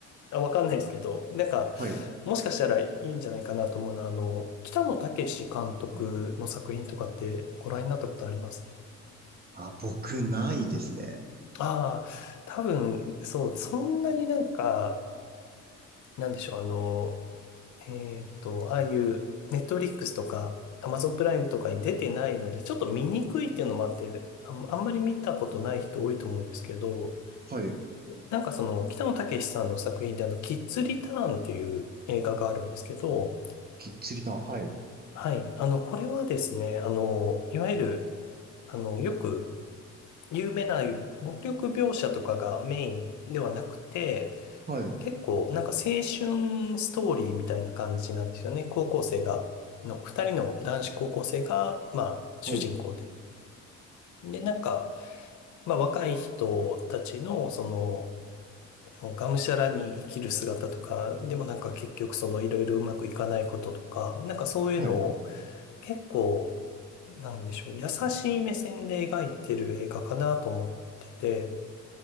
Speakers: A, on the left (about 70°); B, on the right (about 30°).
A: あわかんないですけど、なんか、
B: はい。
A: もしかしたらいいんじゃないかなと思うのは、あの、北野武監督の作品とかってご覧になったことあります
B: うんあ、僕、ないですね。
A: ああ、多分、そう、そんなになんか、なんでしょう、あの、えっと、ああいう、ネットリックスとか、アマゾンプライムとかに出てないので、ちょっと見にくいっていうのもあって、あんあんまり見たことない人多いと思うんですけど、
B: はい。
A: なんかその、北野武さんの作品であの、キッズリターンっていう映画があるんですけど、
B: きっちりと、はい。
A: はい。あの、これはですね、あの、いわゆる、あの、よく有名な暴力描写とかがメインではなくて、
B: はい。
A: 結構なんか青春ストーリーみたいな感じなんですよね。高校生が、の、二人の男子高校生が、まあ、主人公で。
B: はい。
A: で、なんか、まあ、若い人たちの、その、もうがむしゃらに生きる姿とか、でもなんか結局そのいろいろうまくいかないこととか、なんかそういうのを
B: はい。
A: 結構、なんでしょう、優しい目線で描いてる映画かなと思ってて、